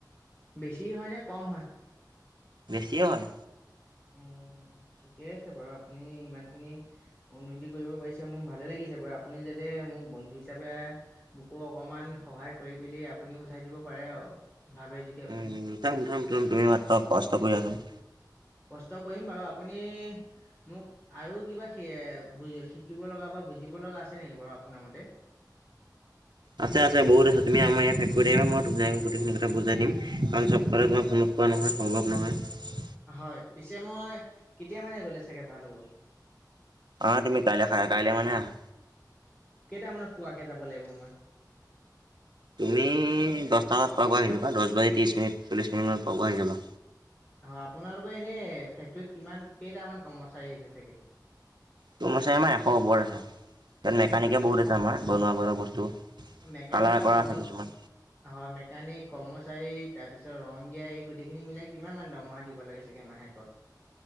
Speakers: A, on the left (about 20°); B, on the right (about 80°).
A: বেছি হয় নে কম হয়।
B: বেছিয়ে হয়।
A: উম, ঠিকে আছে বাৰু আপুনি ইমান খিনি। উন্নতি কৰিব পাৰিছে মোৰ ভালে লাগিছে আপুনি যাতে মোক বন্ধু হিচাপে হিচাপে মোকো অকমান সহায় কৰি পেলি আপুনিও উঠাই দিব পাৰে আৰু ভাবে যদি আপুনি
B: উম, উম, উঠাম উঠামম তুমি মাত্ৰ কষ্ট কৰি জোৱাছোন।
A: কষ্ট কৰিম বাৰু আপুনি মোক আৰু কিবা সে শিকিব লগা বা বুজিব লগা আছে নেকি বাৰু আপোনাৰ মতে।
B: আছে, আছে বহুত আছে তুমি আমাৰ ইয়াত ফেক্টৰীত আহিবা মই তোমাক গোটেইখিনি কথা বুজাই দিম। কাৰণ চ'ব কথা
A: অ
B: তোমাৰ ফোনত কোৱা নহয় সম্ভৱ নহয়।
A: হয়, পিছে মই কেতিয়া মানে গ'লে চাগে ভাল হ'ব।
B: অ' তুমি কাইলৈ খা কাইলৈ মনে আহা।
A: কেইটামানত পোৱাকে যাব লাগিব মই
B: তুমি দহটা বজাত পৈ আহি যাবা দহ বাজি ত্ৰিশ মিনিট চল্লিশ মিনিট মানত পোৱাকৈ আহি যাবা।
A: অ' আপোনালোকৰ এনে ফেক্টৰীত কিমান কেইটামান কৰ্মচাৰী আছে চাগে।
B: ত আছে আমাৰ এশ ওপৰত আছে মেকানিকে বহুত আছে আমাৰ বনোৱা বনোৱা বস্তু।
A: মেকানিক
B: কালাৰ
A: আৰু
B: কৰা
A: কৰ্ম
B: আছে কিছুমান
A: হয় মেকানিক কৰ্মচ চাৰি তাৰ পিছত ৰংদিয়া এই গোটেই খিনি মিলাই কিমান মান দৰমহা দিব লাগে চাগে মাহেকত।